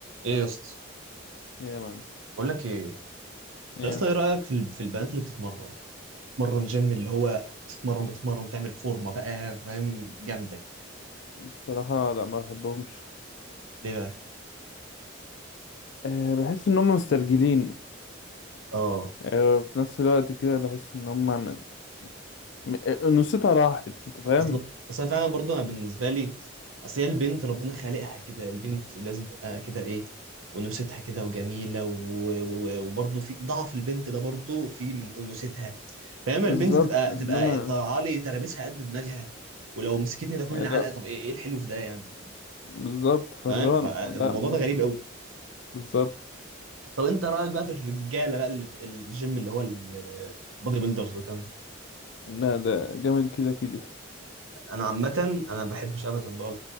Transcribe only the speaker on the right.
ايه يا اسطى
بقول لك ايه
يا اسطى ايه رايك في ال- في البنات اللي بتتمرن بتتمرن جيم اللي هو بتتمرن بتتمرن تعمل فورمه بقى فاهم جامده
ليه بقى
اه
بالظبط بس انا فعلا برضه انا بالنسبه لي اصل هي البنت ربنا خالقها كده البنت لازم تبقى كده ايه انوثتها كده وجميله و... و... وبرضه في ضعف البنت ده برضه في من انوثتها فاما
البنت تبقى
تبقى طالعه لي ترابيسها قد دماغها ولو مسكتني ده كل
علقه
طب ايه ايه الحلو في ده يعني
فاهم
فالموضوع
ده غريب قوي
طب انت رايك بقى في الرجاله بقى اللي بت... الجيم اللي هو البودي بيلدرز والكلام ده
انا عامه انا ما بحبش ابدا بقى